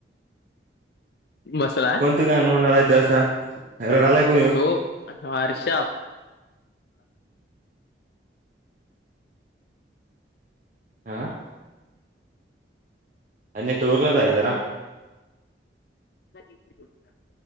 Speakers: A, on the left; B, on the right.
A: बसलाय.
B: कोणती गाण म्हणालायच. असा रडालाय कोणी ये
A: हो. वर्ष
B: आह. अने टूरला.
A: लग <unintelligible> ह